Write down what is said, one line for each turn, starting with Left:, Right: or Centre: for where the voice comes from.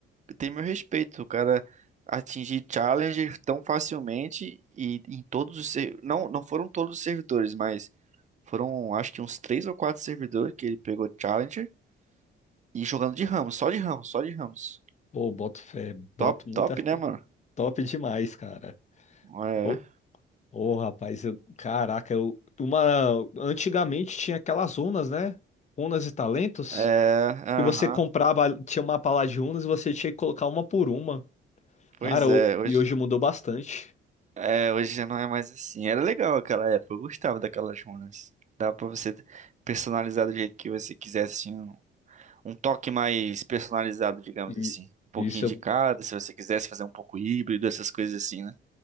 Right: tem meu respeito. O cara atingir Challenger tão facilmente e em todos os ser- não, não foram todos os servidores, mas foram acho que uns três ou quatro servidores que ele pegou Challenger e jogando de Ramos, só de Ramos, só de Ramos.
Left: Pô, boto fé, boto
Right: Top,
Left: muita
Right: top,
Left: fé.
Right: né, mano?
Left: Top demais, cara.
Right: É,
Left: Ô, ô, rapaz, eu, caraca, eu, uma, antigamente tinha aquelas runas, né? Runas e talentos.
Right: é, aham.
Left: que você comprava, tinha uma pala de unas e você tinha que colocar uma por uma.
Right: Pois
Left: Cara,
Right: é,
Left: o-
Right: hoje,
Left: e hoje mudou bastante.
Right: é, hoje já não é mais assim. Era legal aquela época, eu gostava daquelas runas. Dava pra você personalizar do jeito que você quisesse, assim, um, um toque mais personalizado, digamos
Left: E
Right: assim. Um pouquinho
Left: isso
Right: de
Left: eu,
Right: cada, se você quisesse fazer um pouco híbrido, essas coisas assim, né?